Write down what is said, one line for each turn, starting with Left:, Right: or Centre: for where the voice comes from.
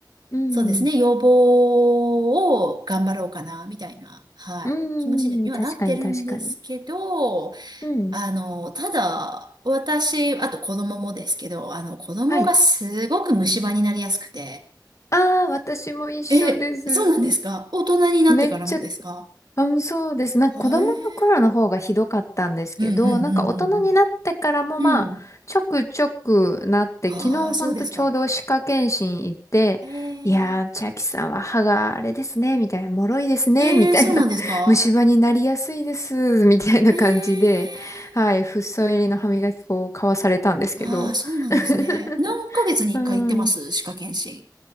Left: うん。
Right: そうですね。要望を頑張ろうかな、みたいな、はい、
Left: うーん。
Right: 気持ちにはなってるんですけど、
Left: 確かに確かに。うん。
Right: あの、ただ、私、あと子供もですけど、あの、子供がすごく虫歯になりやすくて、
Left: はい。ああ、私も一緒です。
Right: え、そうなんですか大人になってからもですか
Left: めっちゃうんそうです。なんか子供の頃の方がひどかったんですけど、
Right: はえー。うんうん
Left: なんか大人になってからもまあ、
Right: うんうんうん。うん。
Left: ちょくちょくなって、
Right: ああ、
Left: 昨日ほんとちょうど歯科検診行って、
Right: そうですか。ええ。
Left: いやー、千秋さんは歯があれですね、みたいな、脆いですね、
Right: ええ、
Left: みたいな、
Right: そうなんですか
Left: <laughs> 虫歯になりやすいです、みたいな感じで、
Right: ええ。
Left: はい、フッ素入りの歯磨き粉を買わされたんですけど、
Right: ああ、そうなんですね。
Left: <laughs>
Right: 何ヶ月に一回行ってます歯科検診。
Left: うん。